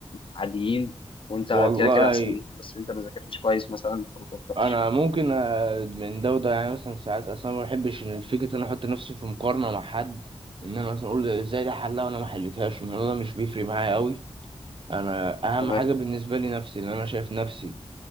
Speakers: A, on the left; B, on the right.
A: عاديين وانت
B: والله
A: كده كده احسن منهم بس انت ما ذاكرتش كويس مثلا فما توفقتش
B: انا ممكن آه، من ده وده يعني مثلا ساعات اصلا ما بحبش ان فكره ان انا احط نفسي في مقارنه مع حد ان انا مثلا اقول ده ازاي ده حلها وانا ما حلتهاش الموضوع ده مش بيفرق معايا قوي انا
A: تمام
B: اهم حاجه بالنسبه لي نفسي ان انا شايف نفسي